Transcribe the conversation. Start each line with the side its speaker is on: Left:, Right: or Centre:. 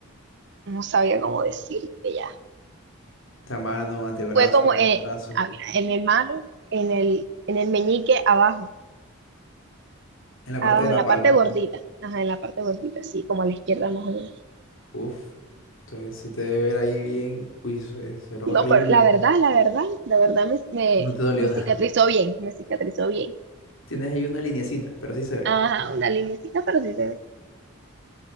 Right: no sabía cómo decirte ya.
Left: la mano, antebrazo,
Right: Fue como, eh,
Left: brazo.
Right: ah, mira, en mi mano, en el, en el meñique abajo,
Left: En la parte
Right: abajo,
Left: de la
Right: en la
Left: palma.
Right: parte gordita. Ajá, en la parte gordita, sí, como a la izquierda más o menos.
Left: Uf. Entonces se te debe ver ahí bien. Uy, eso es, era horrible.
Right: No, pero la verdad, la verdad, la verdad me, me,
Left: No te dolió
Right: me
Left: nada.
Right: cicatrizó bien, me cicatrizó bien.
Left: Tienes ahí una linecita, pero sí se ve.
Right: Ajá, una linecita, pero sí se ve.